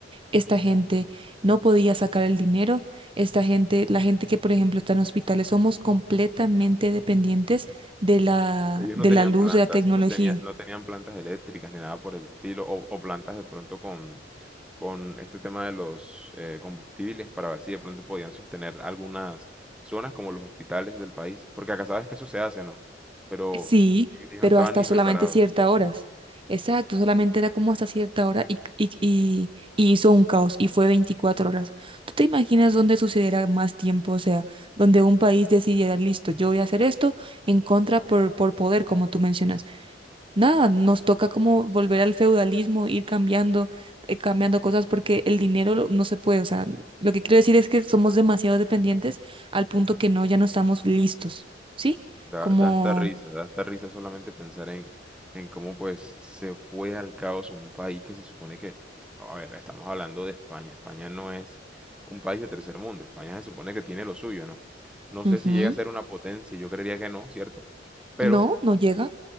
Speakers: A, on the right (about 30°); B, in the centre.
A: esta gente no podía sacar el dinero, esta gente, la gente que por ejemplo está en hospitales, somos completamente dependientes de la,
B: Ellos
A: de
B: no tenían
A: la luz,
B: plantas,
A: de la tecnología.
B: no tenía- no tenían plantas eléctricas ni nada por el estilo, o, o plantas de pronto con, con este tema de los eh, combustibles para ver si de pronto podían sostener algunas zonas como los hospitales del país, porque acá sabes que eso se hace, ¿no? Pero
A: Sí,
B: ellos
A: pero
B: no estaban
A: hasta
B: ni
A: solamente
B: preparados.
A: ciertas horas. Exacto, solamente era como hasta cierta hora y, y, y, y hizo un caos y fue 24 horas. ¿Tú te imaginas dónde sucediera más tiempo? O sea, donde un país decidiera, listo, yo voy a hacer esto en contra por, por poder, como tú mencionas. Nada, nos toca como volver al feudalismo, ir cambiando, eh, cambiando cosas porque el dinero lo- no se puede. O sea, lo que quiero decir es que somos demasiado dependientes al punto que no, ya no estamos listos, ¿sí?
B: Da,
A: Como...
B: da hasta risa, da hasta risa solamente pensar en, en cómo pues se fue al caos un país que se supone que, a ver, estamos hablando de España. España no es un país de tercer mundo. España se supone que tiene lo suyo, ¿no? No
A: ujú.
B: sé si llega a ser una potencia, yo creería que no, ¿cierto? Pero
A: No, no llega.